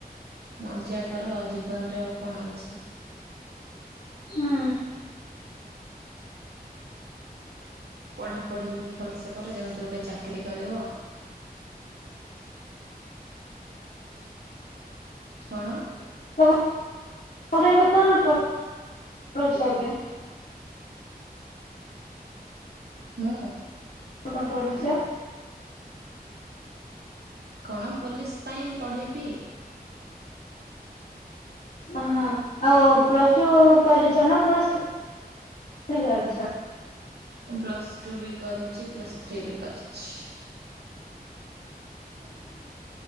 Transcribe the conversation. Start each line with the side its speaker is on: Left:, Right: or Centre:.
Right: ମଜା କର ଜୀବନରେ ଆଉ କଣ ଅଛି?
Left: ହୁଁ।
Right: ପଢ଼ାପଢ଼ି ବି ଭଲସେ କର ଯେମିତି ଗୋଟେ ଚାକିରି କରିବ। କଣ?
Left: ତମ ତମର ଏବେ କଣ <unintelligible> ଏବେ।
Right: ହୁଁ।
Left: କଣ ପଢୁଛ?
Right: କଣ ପୋଲିସ ପାଇଁ ପଢ଼ିବି।
Left: ଓହଁ ଆଉ ପ୍ଲସ୍ ଟୁ କରିଛ ନା ପ୍ଲସ୍ଥ୍ରୀ କରିଛ?
Right: ମୁଁ ପ୍ଲସ୍ ଟୁ ବି କରିଛି ପ୍ଲସ୍ ଥ୍ରୀ ବି କରିଛି। ସେ ଆଉ ସେ